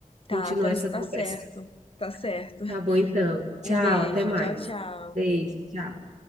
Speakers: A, on the left; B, on the right.
A: Tá,
B: Continuar
A: tá,
B: essa
A: tá
B: conversa.
A: certo,
B: <laughs>
A: tá certo.
B: Tá bom, então. Tchau,
A: Um beijo,
B: até mais.
A: tchau, tchau.
B: Beijo, tchau.